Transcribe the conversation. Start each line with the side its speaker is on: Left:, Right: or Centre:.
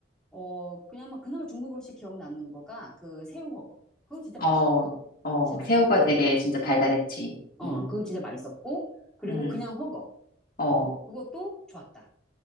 Centre: 어 그냥 막 그나마 중국 음식 기억나는 거가 그 새우훠궈. 그건 진짜
Left: 어,
Centre: 맛있었다.
Left: 어,
Centre: 진짜 맛있었다.
Left: 새우가
Centre: 그거는.
Left: 되게 진짜
Centre: 어,
Left: 달달했지.
Centre: 어,
Left: 응,
Centre: 그거 진짜 맛있었고 그리고
Left: 응,
Centre: 그냥훠궈.
Left: 어.
Centre: 그것도 좋았다.